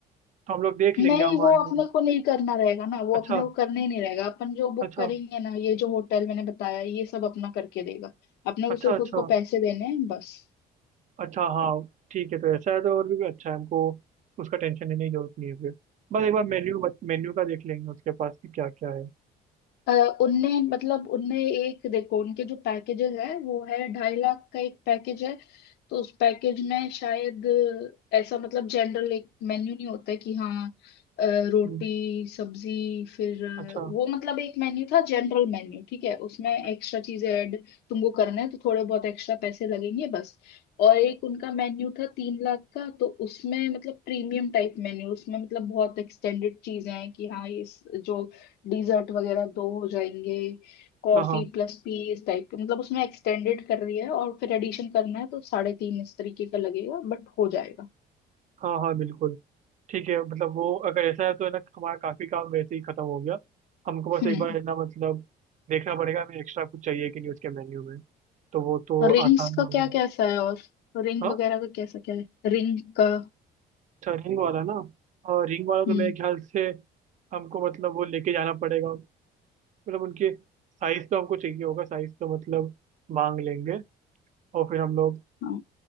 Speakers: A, on the right; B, on the left.
A: तो हम लोग देख लेंगे
B: नहीं
A: हमारे
B: वो अपने को नहीं करना रहेगा ना वो
A: अच्छा
B: अपने को करना ही नहीं रहेगा अपन जो बुक
A: अच्छा
B: करेंगे ना ये जो होटल मैंने बताया ये सब अपना करके देगा अपने को
A: अच्छा
B: सिर्फ
A: अच्छा
B: उसको पैसे देने हैं बस
A: अच्छा हाँ ठीक है तो ऐसा है तो और भी अच्छा है हमको उसका टेंशन लेने की जरूरत नहीं है फिर बस एक बार मेन्यू मेन्यू का देख लेंगे उसके पास कि क्या क्या है
B: अ, उनने मतलब उनने एक देखो उनके जो पैकेजेस है वो है ढाई लाख का एक पैकेज है तो उस पैकेज में शायद अ, ऐसा मतलब जनरल एक मेन्यू नहीं होता है कि हाँ अ, रोटी
A: हम्म,
B: सब्जी फिर अ,
A: अच्छा
B: वो मतलब एक मेन्यू था जनरल मेन्यू ठीक है उसमें
A: ओके
B: एक्स्ट्रा चीजें ऐड तुमको करना है तो थोड़े बहुत एक्स्ट्रा पैसे लगेंगे बस और एक उनका मेन्यू था तीन लाख का तो उसमें मतलब प्रीमियम टाइप मेन्यू उसमें मतलब बहुत एक्सटेंडेड चीजें हैं कि हाँ ये इस- जो डिजर्ट वगैरह दो हो जाएंगे कॉफी
A: हाँ हाँ
B: प्लस पी इस टाइप के मतलब उसमें एक्सटेंडेड कर रही है और फिर एडिशन करना है तो साढ़े तीन इस तरीके का लगेगा बट हो जाएगा
A: हाँ हाँ बिल्कुल ठीक है मतलब वो अगर ऐसा है तो है ना हमारा काफी काम वैसे ही खत्म हो गया हमको बस
B: हम्म
A: एक बार है ना मतलब देखना पड़ेगा हमें एक्स्ट्रा कुछ चाहिए कि नहीं उसके मेन्यू में तो वो तो
B: रिंग्स
A: आसान
B: का
A: हो
B: क्या
A: जाए
B: कैसा है और रिंग
A: हाँ
B: वगैरह का कैसा क्या है रिंग का
A: अच्छा रिंग वाला ना और रिंग वाला तो
B: हम्म
A: मेरे ख्याल से हमको मतलब वो लेके जाना पड़ेगा मतलब उनके साइज तो हमको चाहिए होगा साइज तो मतलब मांग लेंगे और फिर हम लोग
B: हाँ।